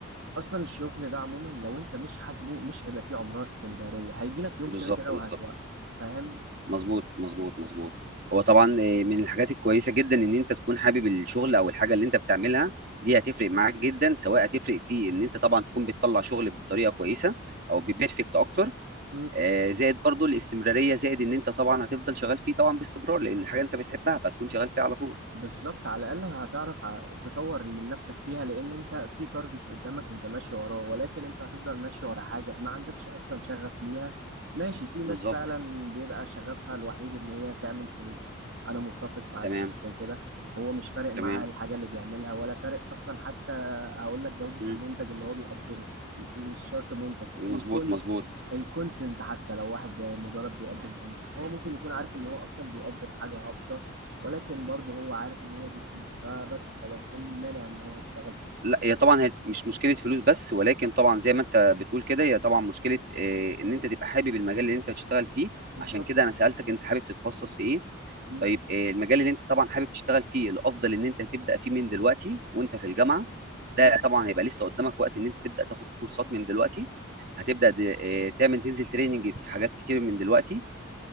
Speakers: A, on the right (about 70°); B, on the right (about 45°).
A: اصلا الشغل ده عموما لو انت مش حابه مش هيبقى فيه عمرها استمراريه هيجي لك يوم
B: بالضبط،
A: كده كده
B: بالضبط.
A: وهتوقف فاهم
B: مضبوط، مضبوط، مضبوط. هو طبعًا آآ من الحاجات الكويسة جدًا إن أنت تكون حابب الشغل أو الحاجة اللي أنت بتعملها، دي هتفرق معاك جدًا، سواء هتفرق في إن أنت طبعًا تكون بتطلّع شغل بطريقة كويسة أو بperfect أكتر،
A: مم.
B: آآ زائد برضه الاستمرارية، زائد إن أنت طبعًا هتفضل شغال فيه طبعًا باستمرار، لإن حاجة أنت بتحبها، فهتكون شغال فيها على طول.
A: بالظبط على الاقل هتعرف ع- تطور من نفسك فيها لان انت في تارجت قدامك انت ماشي وراه ولكن انت هتفضل ماشي ورا حاجه ما عندكش اصلا شغف ليها ماشي في ناس
B: بالضبط،
A: فعلا بيبقى شغفها الوحيد ان هي تعمل فلوس انا متفق معاك
B: تمام،
A: في حاجه زي كده هو مش فارق
B: تمام،
A: معاه الحاجه اللي بيعملها ولا فارق اصلا حتى هقول لك جوده
B: إمم،
A: المنتج اللي هو بيقدمه مش شرط منتج
B: مضبوط،
A: الكون
B: مضبوط.
A: الكونتنت حتى لو واحد مجرد بيقدم كونتنت هو ممكن يكون عارف ان هو اصلا بيقدم حاجه هابطه ولكن برضه هو عارف ان هي بتجيب فبس خلاص ايه المانع ان هو يشتغل فيه
B: لأ، هي طبعًا هي مش مشكلة فلوس بس، ولكن طبعًا زي ما أنت بتقول كده، هي طبعًا مشكلة آآ إن أنت تبقى حابب المجال اللي أنت هتشتغل فيه،
A: بالظبط
B: عشان كده أنا سألتك أنت حابب تتخصص في إيه؟
A: مم.
B: طيب آآ المجال اللي أنت طبعًا حابب تشتغل فيه، الأفضل إن أنت تبدأ فيه من دلوقتي وأنت في الجامعة، ده
A: مم.
B: طبعًا هيبقى لسه قدامك وقت إن أنت تبدأ تاخد فيه كورسات من دلوقتي، هتبدأ د آآ تعمل تنزل training في حاجات كتير من دلوقتي،